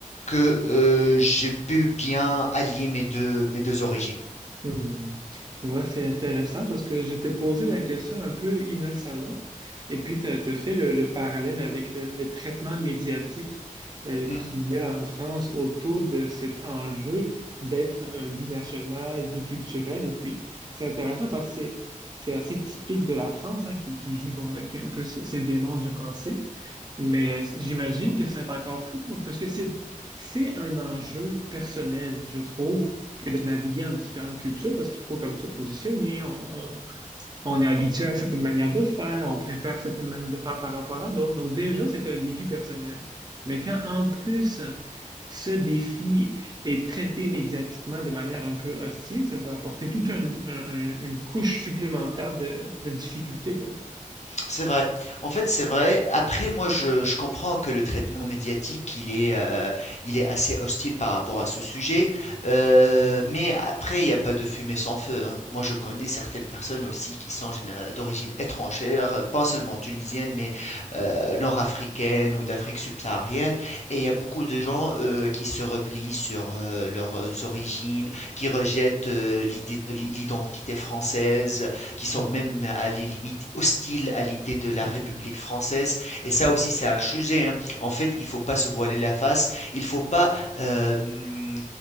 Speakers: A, on the left; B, on the right.
A: que, heu, j'ai pu bien allier mes deux, mes 2 origines.
B: Hmm. Tu vois, c'est intéressant parce que je t'ai posé la question un peu innocemment et puis tu as, fait le, le parallèle avec le, le traitement médiatique euh,
A: Mmh.
B: qu'il y a en France autour de cet enjeu d'être un binational, biculturel. Et puis, c'est intéressant parce que c'est c'est assez typique de la France hein, qui, qui vit bon, avec un peu ces ses démons du passé. Mais j'imagine que ça va être encore plus compliqué parce que c'est c'est un enjeu personnel, je trouve, que de naviguer en différentes cultures parce qu'il faut comme se positionner. On, on- on est habitué à certaines manières de faire, on préfère certaines manières de faire par rapport à d'autres. Donc déjà, c'est un défi personnel. Mais quand en plus ce défi est traité médiatiquement de manière un peu hostile, ça va apporter toute un- un- un- une couche supplémentaire de, de difficultés, quoi.
A: C'est vrai. En fait, c'est vrai. Après, moi, je, je comprends que le traitement médiatique, il est, euh, il est assez hostile par rapport à ce sujet. Euh, mais après, il n'y a pas de fumée sans feu. hein. Moi, je connais certaines personnes aussi qui sont généra- d'origine étrangère, euh, pas seulement tunisienne, mais euh, nord-africaine ou d'Afrique subsaharienne. Et il y a beaucoup de gens euh, qui se replient sur euh, leurs origines, qui rejettent euh, l'idée- l'identité française qui sont
B: Mhm.
A: même à les limites hostiles à l'idée de la
B: Ouais.
A: République française. Et ça aussi, c'est un sujet. hein. En fait, il faut pas se voiler la face. Il faut pas euh, hum,